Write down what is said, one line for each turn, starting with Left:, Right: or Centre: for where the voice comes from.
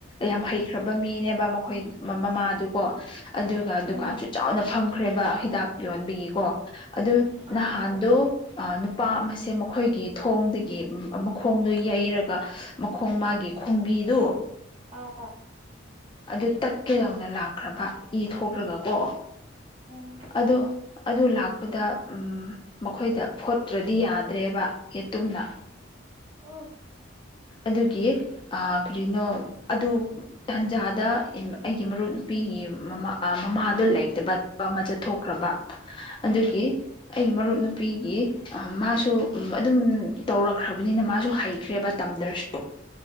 Left: ꯌꯥꯝ ꯍꯩꯈ꯭ꯔꯕ ꯃꯤꯅꯦꯕ ꯃꯈꯣꯏ ꯃꯃꯥꯗꯨꯀꯣ ꯑꯗꯨꯒ ꯗꯨꯀꯥꯟꯁꯨ
Right: ꯎꯝ
Left: ꯅ ꯐꯝꯈ꯭ꯔꯦꯕ ꯍꯤꯗꯥꯛ ꯌꯣꯟꯕꯒꯤꯀꯣ ꯑꯗꯨ
Right: ꯑꯥ
Left: ꯅꯍꯥꯟꯗꯣ ꯄꯥꯝ ꯑꯁꯦ ꯃꯈꯣꯏꯒꯤ ꯊꯣꯡꯗꯒꯤ ꯃꯈꯣꯡꯗꯨꯣ ꯌꯩꯔꯒ ꯃꯈꯣꯡ ꯃꯥꯒꯤ ꯈꯣꯡꯕꯤꯗꯨ
Right: ꯑꯥ
Left: ꯑꯗꯨ ꯇꯠꯀꯦꯗꯧꯅ ꯂꯥꯛꯈ꯭ꯔꯕ ꯏ ꯊꯣꯛꯂꯒꯀꯣ
Right: ꯎꯝ
Left: ꯑꯗꯨ ꯑꯗꯨ ꯂꯥꯛꯄ ꯑꯗꯨꯗ ꯃꯈꯣꯏꯗ ꯐꯣꯠꯇ꯭ꯔꯗꯤ ꯌꯥꯗ꯭ꯔꯦꯕ ꯌꯦꯠꯇꯨꯝꯅ
Right: ꯑꯣ
Left: ꯑꯗꯨꯒꯤ ꯀꯔꯤꯅꯣ ꯑꯗꯨ ꯇꯟꯖꯥꯗ ꯑꯩꯒꯤ ꯃꯔꯨꯞ ꯅꯨꯄꯤꯒꯤ ꯃꯃꯥꯗꯣ ꯂꯩꯇꯕ ꯑꯃ ꯆꯠꯊꯣꯛꯈ꯭ꯔꯕ ꯑꯗꯨꯒꯤ
Right: ꯎꯝ
Left: ꯑꯩꯒꯤ ꯃꯔꯨꯞ ꯅꯨꯄꯤꯒꯤ ꯃꯥꯁꯨ ꯑꯗꯨꯝ ꯇꯧꯔꯛꯈ꯭ꯔꯕꯅꯤꯅ ꯃꯥꯁꯨ ꯍꯩꯈ꯭ꯔꯦꯕ ꯇꯝꯗ꯭ꯔꯁꯨ